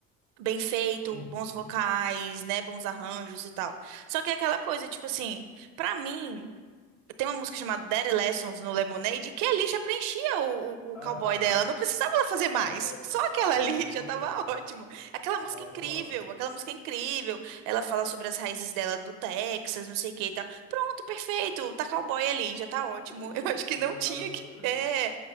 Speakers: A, on the right; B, on the left.
A: bem feito,
B: Uhum.
A: bons vocais, né, bons arranjos e tal. Só que é aquela coisa, tipo assim, pra mim, tem uma música chamada Daddy Lessons no Lemonade que ali já preenchia o, o, o cowboy
B: Aham.
A: dela, não precisava ela fazer
B: A
A: mais.
B: cota.
A: Só
B: Aham,
A: aquela ali
B: eu
A: <laughs>
B: concordo.
A: já tava ótimo. Aquela
B: Nossa,
A: música é incrível,
B: eu amo.
A: aquela música é incrível. Ela fala sobre as raízes dela do Texas, não sei o que e tal. Pronto, perfeito, tá cowboy ali, já tá ótimo.
B: <laughs>
A: <laughs> Eu acho que
B: Eu
A: não
B: já
A: tinha
B: tava, eu
A: que,
B: acho.
A: é,